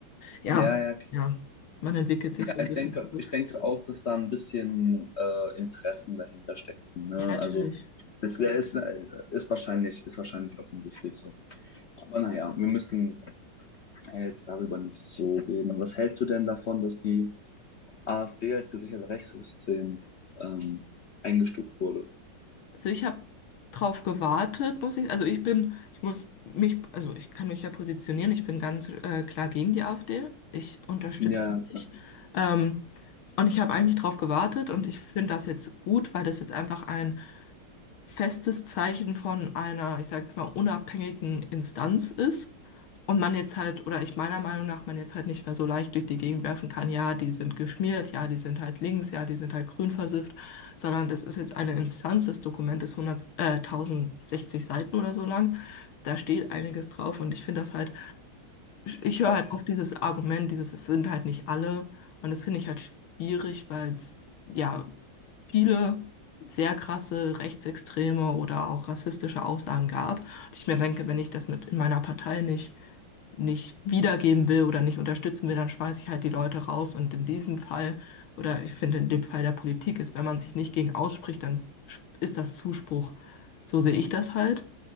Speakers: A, on the left (about 80°); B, on the left (about 65°).
A: ja,
B: Ja, ja,
A: ja, man entwickelt sich
B: ja,
A: so ein
B: ich
A: bisschen
B: denke,
A: zurück.
B: ich denke auch, dass da ein bisschen äh, Interessen dahinter steckten. Ne?
A: Ja, natürlich.
B: Also es wär- ist, ist wahrscheinlich, ist wahrscheinlich offensichtlich so. Aber naja, wir müssen, ja, jetzt darüber nicht so reden. Was hältst du denn davon, dass die AfD als gesichertes Rechtssystem ähm, eingestuft wurde?
A: Also ich habe drauf gewartet, muss ich. Also ich bin, ich muss mich, also ich kann mich ja positionieren. Ich bin ganz äh, klar gegen die AfD. Ich unterstütze
B: Ja,
A: die nicht.
B: ja.
A: Ähm, und ich habe eigentlich drauf gewartet und ich finde das jetzt gut, weil das jetzt einfach ein festes Zeichen von einer, ich sage jetzt mal, unabhängigen Instanz ist und man jetzt halt, oder ich meiner Meinung nach, man jetzt halt nicht mehr so leicht durch die Gegend werfen kann, ja, die sind geschmiert, ja, die sind halt links, ja, die sind halt grün versifft, sondern das ist jetzt eine Instanz, das Dokument ist 100, äh, 1060 Seiten oder so lang, da steht einiges drauf und ich finde das halt, ich höre
B: aber
A: halt oft dieses Argument, dieses, es sind halt nicht alle und das finde ich halt schwierig, weil es, ja, viele sehr krasse rechtsextreme oder auch rassistische Aussagen gab. Und ich mir denke, wenn ich das mit in meiner Partei nicht, nicht wiedergeben will oder nicht unterstützen will, dann schmeiße ich halt die Leute raus. Und in diesem Fall, oder ich finde in dem Fall der Politik ist, wenn man sich nicht gegen ausspricht, dann sch- ist das Zuspruch. So sehe ich das halt.